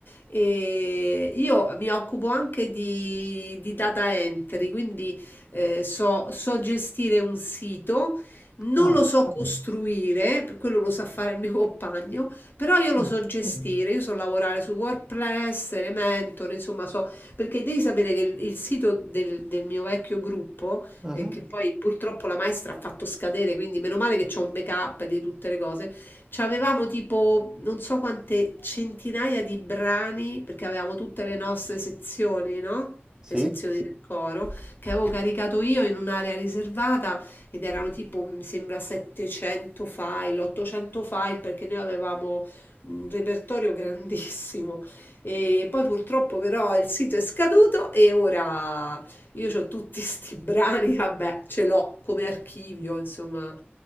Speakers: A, on the left (about 60°); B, on the right (about 15°).
A: e io mi occupo anche di, di data entry, quindi eh, so, so gestire un sito, non
B: Ah,
A: lo so costruire, per quello lo sa fare il mio compagno, però io lo
B: ah,
A: so gestire, io so lavorare su WordPress, Elementor, insomma so perché devi sapere che il, il sito del, del mio vecchio gruppo,
B: ah, ah.
A: eh, che poi purtroppo la maestra ha fatto scadere, quindi meno male che c'ho un backup di tutte le cose, c'avevamo tipo non so quante centinaia di brani, perché avevamo tutte le nostre sezioni, no?
B: Sì?
A: Le sezioni del coro che avevo caricato io in un'area riservata ed erano tipo, mi sembra, 700 file, 800 file perché noi avevamo un repertorio grandissimo e poi purtroppo però il sito è scaduto e ora io ho tutti <laughs> sti brani, vabbè, ce l'ho come archivio, insomma.